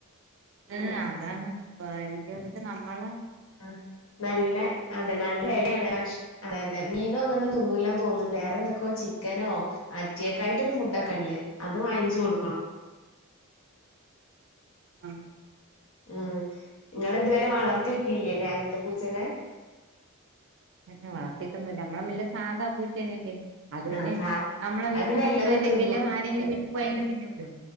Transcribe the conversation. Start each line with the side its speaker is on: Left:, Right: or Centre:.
Right: ഏഹ് അതാണ് <unintelligible> ച്ചാ നമ്മള..
Left: ആ നല്ല അതെ നല്ല വെലെണ് പക്ഷെ.. അതെ അതെ മീനും അങ്ങനെ ഒന്നും തിന്നുലാ തോന്നുണ്ട് വേറെ എന്തൊക്കെയോ ചിക്കനോ. അറ്റിങ്ങാക്കായിട്ടൊരു ഫുഡ്‌ ഒക്കെ ഉണ്ട് അത് വാങ്ങിച്ചു കൊടുക്കണം..
Right: ആഹ.
Left: ഉം നിങ്ങൾ ഇതുവരെ വളർത്തിയൊക്കിയില്ലല്ലേ അങ്ങനത്തെ പൂച്ചേനെ
Right: ആ് വളർത്തിയിട്ടൊന്നുമല്ല നമ്മമ്മ സാധാ പൂച്ചേനല്ലേ അത് പിന്നെ
Left: ആഹ് സാ
Right: നമ്മളെ
Left: അത്
Right: വീട്ടില്
Left: പിന്നെ
Right: ഭക്ഷണ
Left: എല്ലതും
Right: ഇല്ലെങ്കിലും
Left: തിന്നും
Right: ആരെങ്കിലും വിട്ടിൽ പ്പോയലും തിന്നല്ലോ